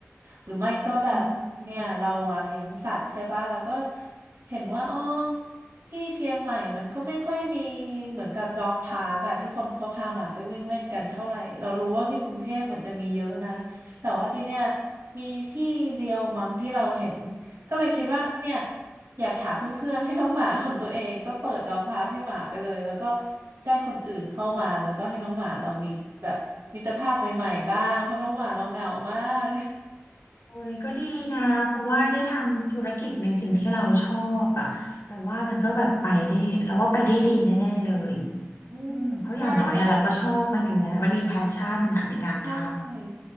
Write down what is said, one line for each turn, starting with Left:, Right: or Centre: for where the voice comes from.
Right: หรือไม่ก็แบบเนี่ยเราอ่ะเลี้ยงสัตว์ใช่ปะเราก็
Left: อืม
Right: เห็นว่าเออ ที่เชียงใหม่มันก็ไม่ค่อยมีเหมือนกับด็อกพาร์กอะที่คนเขาพาหมาไปวิ่งเล่นกันเท่าไหร่เรารู้ว่าที่กรุงเทพเหมือนจะมีเยอะนะแต่ว่าที่เนี่ยมีที่เดียวมั้งที่เราเห็นก็เลยคิดว่าเนี่ยอยากหาเพื่อนๆให้น้องหมาของตัวเองก็เปิดด็อกพาร์กให้หมาไปเลยแล้วก็ได้คนอื่นเข้ามาแล้วก็ให้น้องหมาเรามีแบบมิตรภาพใหม่ๆบ้างเพราะน้องหมาเราเหงามาก
Left: โอ้ยก็ดีนะเพราะว่าได้ทำธุรกิจในสิ่งที่เราชอบอ่ะเราว่ามันก็แบบไปได้เราว่าไปได้ดีแน่ๆเลย
Right: อืมใช่
Left: อืมเพราะอย่างน้อยอะเราก็ชอบมันอยู่แล้วมันมีแพชชั่นอะในการท
Right: ใช่